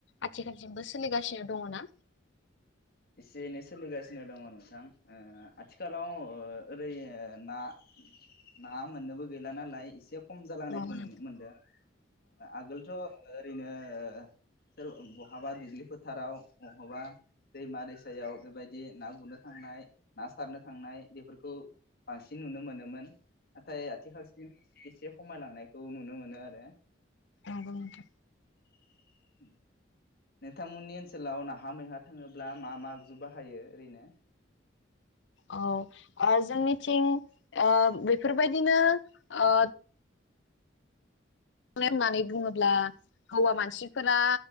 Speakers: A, on the left; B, on the left.
A: आथिखालसिमबो सोलिगासिनो दङ ना?
B: एसे एनै सोलिगासिनो दङ नोंथां ओ आथिखालाव ओ ओरै ओ ना ना मोननोबो गैला नालाय एसे खम जालांनायखौ
A: नंगौ
B: नुनो मोनदों। आगोलथ' ओरैनो सोर बहाबा दुब्लि फोथाराव बहाबा दैमा दैसायाव बेबायदि ना गुरनो थांनाय ना सारनो थांनाय बेफोरखौ बांसिन नुनो मोनोमोन। नाथाय आथिखालसिम एसे एसे खमायलांनायखौ नुनो मोनो आरो।
A: औ औ।
B: <inaudible> नोंथांमोननि ओनसोलाव नाहा मैहा थाङोब्ला मा मा आगजु बाहायो ओरैनो?
A: औ ओ जोंनिथिं ओ बेफोरबायदिनो ओ मे होननानै बुङोब्ला हौवा मानसिफोरा